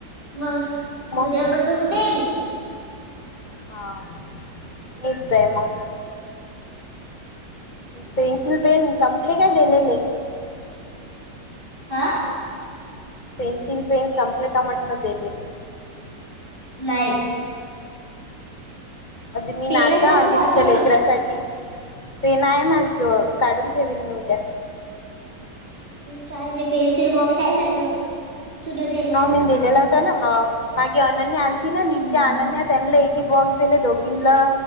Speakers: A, on the right (about 30°); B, on the left (about 30°).
A: मग
B: मग
A: उद्यापासून डेली.
B: हा मीचं आहे मग. पेन्सिल पेन संपले काय दिलेले
A: हा.
B: पेन्सिल पेन संपले का म्हटलं दिलेली
A: नाई
B: मग तिन्ही
A: पेन
B: नाचा
A: संपलं
B: अंजलीच्या
A: असेल
B: लेकराासाठी.
A: पण
B: ते नाही माझं जवळ काढून ठेवेल मी उद्या.
A: चाल ते पेनसिल बॉक्स आहे माझ्याजवळ तुला दिलेला
B: हा मी दिलेला होता ना, हा मागे अनन्या आलीती ना नित्या
A: हम्म
B: अनन्या त्यांना. एक बॉक्स दिले दोघींला,